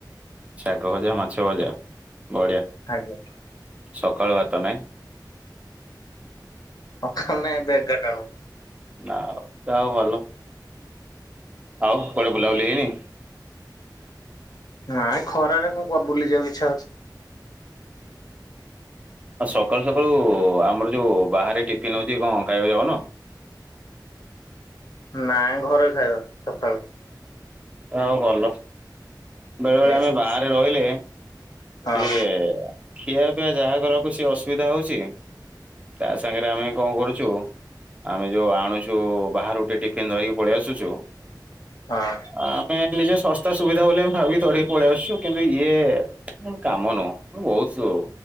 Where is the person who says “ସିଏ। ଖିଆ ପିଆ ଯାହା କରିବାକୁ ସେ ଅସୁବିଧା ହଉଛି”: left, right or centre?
Right